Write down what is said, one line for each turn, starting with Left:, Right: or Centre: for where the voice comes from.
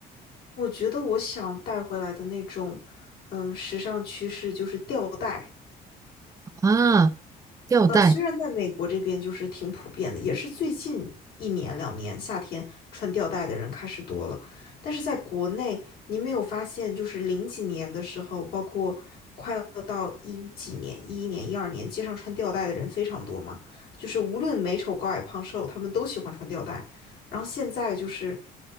Left: 我觉得我想带回来的那种，嗯，时尚趋势就是吊带，
Right: 啊，吊带，
Left: 呃，虽然在美国这边就是挺普遍的，也是最近一年两年夏天穿吊带的人开始多了，但是在国内，你没有发现就是零几年的时候，包括快要到一几年、一一年、一二年，街上穿吊带的人非常多嘛？就是无论美丑、高矮、胖瘦，他们都喜欢穿吊带。然后现在就是